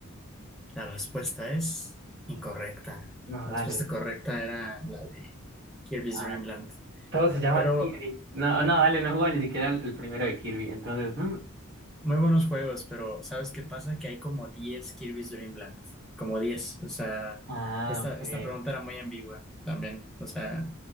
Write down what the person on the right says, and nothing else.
No,
dale.
ah,
todos se llaman
Kirby. No, no, dale, no juega ni siquiera el, el primero de Kirby. Entonces, mm,
ah,
ok.